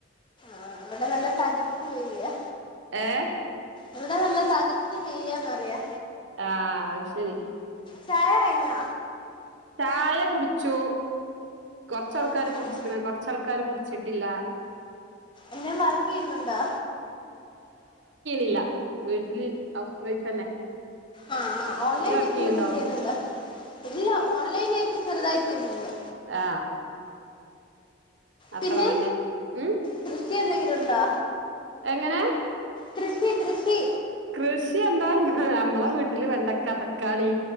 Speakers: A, on the left; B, on the right.
A: ആഹ് ഇവിടെ നല്ല തകർത്ത് പെയ്യാ
B: ഏഹ്
A: ഇവിടെ നല്ല താകർത്ത് പെയ്യാന്ന് പറയാ
B: ആഹ് അയ് ശരി
A: ചായ കഴിഞ്ഞോ?
B: ചായ കുടിച്ചു കുറച്ചാൾക്കാര്
A: ഏ പിന്നെ
B: കുടിച്ചിക്ക്ണ് കൊറച്ച ആൾക്കാര് കുടിച്ചിട്ടില്ല
A: എന്നെ വർക്ക് ചെയുന്നുണ്ടോ?
B: ഇല്ല വീട്ടില് ഹൗസ് വൈഫ് തന്നെ
A: ആഹ് ആഹ് ഓൺലൈനായിട്ട്
B: ഇയ്യ് വർക്ക്
A: എന്തെങ്കിലും
B: ചെയ്യ്ണ്ടോ
A: ചെയ്യുന്നുണ്ടോ? ഇല്ല ഓൺലൈനായിട്ട് ചെറുതായി ചെയ്യ്ന്നുണ്ട്
B: ആ
A: പിന്നെ
B: അത്ര തന്നെ ഉം
A: കൃഷി എന്തെങ്കിലും ഉണ്ടോ
B: എങ്ങനെ
A: കൃഷി കൃഷി
B: കൃഷി എന്താ നമ്മളെ വീട്ടില് വെണ്ടക്ക, തക്കാളി